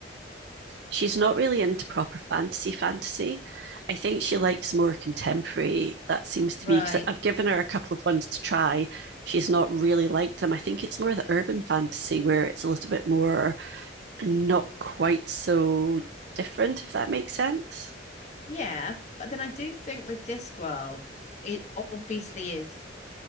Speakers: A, on the right (about 65°); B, on the left (about 40°).
A: she's not really into proper fantasy fantasy. I think she likes more contemporary. That seems to
B: Right.
A: be because I've given her a couple of ones to try. She's not really liked them. I think it's more the urban fantasy where it's a little bit more not quite so different, if that makes sense.
B: Yeah, but then I do think with Discworld, it obviously is